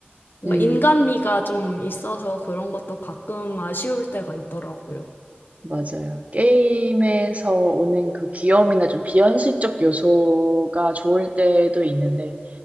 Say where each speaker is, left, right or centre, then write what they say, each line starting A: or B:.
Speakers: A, on the left (about 60°); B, on the right (about 35°).
A: 뭔가
B: 음
A: 인간미가 좀 있어서 그런 것도 가끔 아쉬울 때가 있더라고요.
B: 맞아요. 게임에서 오는 그 귀염이나 좀 비현실적 요소가 좋을 때도 있는데